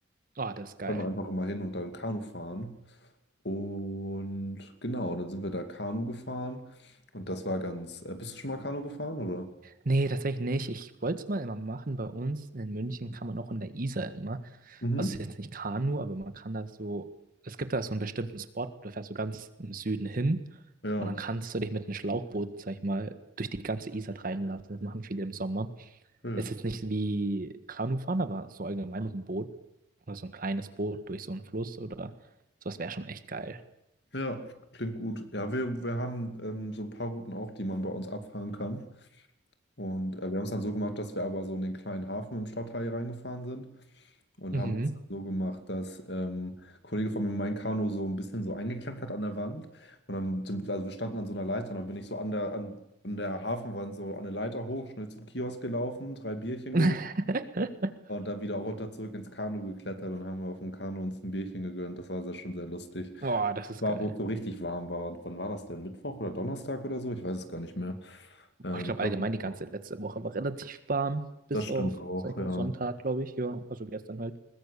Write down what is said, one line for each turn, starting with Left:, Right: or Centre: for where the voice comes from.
Right: Ah, das ist geil.
Left: Können wir einfach immer hin und dann Kanu fahren. Und genau, dann sind wir da Kanu gefahren. Und das war ganz. Äh, bist du schon mal Kanu gefahren, oder?
Right: Nee, tatsächlich nicht. Ich wollte es mal immer machen. Bei uns in München kann man auch in der Isar immer.
Left: Mhm.
Right: Also es ist jetzt nicht Kanu, aber man kann da so. Es gibt da so einen bestimmten Spot, da fährst du ganz im Süden hin
Left: Ja,
Right: und dann kannst du dich mit einem Schlauchboot, sag ich mal, durch die ganze Isar treiben lassen. Das machen viele im Sommer.
Left: wild.
Right: Es ist jetzt nicht wie Kanufahren, aber so allgemein mit einem Boot oder so ein kleines Boot durch so einen Fluss oder sowas wäre schon echt geil.
Left: Ja, klingt gut. Ja, wir, wir haben ähm, so ein paar Routen auch, die man bei uns abfahren kann. Und äh, wir haben es dann so gemacht, dass wir aber so in den kleinen Hafen im Stadtteil reingefahren sind. Und
Right: Mhm.
Left: haben das so gemacht, dass ähm, ein Kollege von mir mein Kanu so ein bisschen so eingeklemmt hat an der Wand. Und dann, sind- also wir standen an so einer Leiter und dann bin ich so an der, an, an der Hafenwand so an der Leiter hoch, schnell zum Kiosk gelaufen, drei Bierchen
Right: <laughs>
Left: geholt und dann wieder runter zurück ins Kanu geklettert und haben wir auf dem Kanu uns ein Bierchen gegönnt. Das war sehr, schon sehr lustig.
Right: Boah, das ist
Left: War,
Right: geil.
Left: wo es so richtig warm war. Und wann war das denn? Mittwoch oder Donnerstag oder so? Ich weiß es gar nicht mehr. Ähm,
Right: Oh, ich glaube
Left: ich glaube,
Right: allgemein
Left: Mittwoch.
Right: die ganze letzte Woche war relativ warm, bis
Left: das stimmt
Right: auf,
Left: auch,
Right: sag ich
Left: ja.
Right: mal, Sonntag, glaube ich. Ja, also gestern halt.